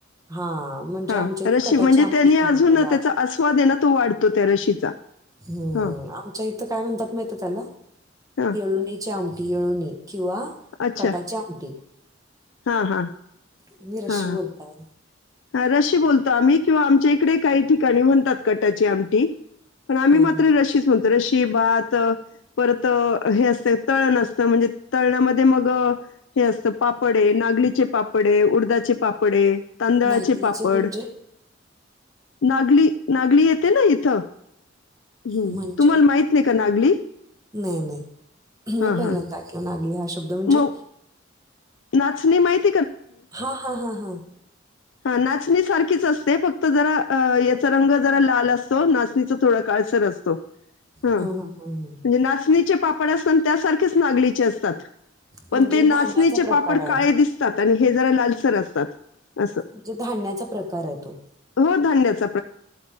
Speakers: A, on the right; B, on the left.
A: हां, म्हणजे
B: हा
A: आमच्या
B: रशी
A: इथे कटाची
B: म्हणजे
A: आमटी
B: त्यांनी
A: म्हणतात
B: अजून
A: त्याला.
B: त्याचा आस्वाद ये ना तो वाढतो त्या रशीचा
A: हम्
B: हा
A: आमच्या इथं काय म्हणतात माहित त्याला
B: हा
A: येळणीचे आम पिळणी किंवा
B: अच्छा
A: कटाची आमटी.
B: हा हा
A: मिरची
B: हा.
A: बोलताय.
B: हा रशी बोलतो आम्ही किंवा आमच्या इकडे काही ठिकाणी म्हणतात कटाची आमटी. पण आम्ही
A: हां,
B: मात्र
A: हां.
B: रशीच म्हणतो रशिच. भात परत हे असत तळण असत म्हणजे तळणा मध्ये मग हे असत पापड आहे नागलीचे पापडे, उडदाचे पापडे, तांदळाचे
A: नागलीचे
B: पापड.
A: म्हणजे?
B: नागली नागली येते ना इथं. हम्म
A: म्हणजे
B: तुम्हाला माहित नाही का नागली
A: नाही नाही मी
B: हा
A: पहिल्यांदा
B: हा
A: ऐकलं नागली हा शब्द म्हणजे
B: मग नाचणी माहित.
A: हा हा हा हा.
B: हा नाचणी सारखीच असते फक्त जरा अ याचा रंग जरा लाल असतो नाचणीचा थोडा काळसर असतो. हा
A: हां,
B: म्हणजे
A: हां, हां, हां.
B: नाचणी. पापड असतात त्यासारखेच नागलीचे असतात. पण
A: म्हणजे
B: ते नाचणीचे
A: धान्याचा प्रकार
B: पापड
A: आहे
B: काळे दिसतात. आणि हे जरा लाल सर असतात असं.
A: म्हणजे धान्याचा प्रकार आहे तो.
B: हो धन्याचा.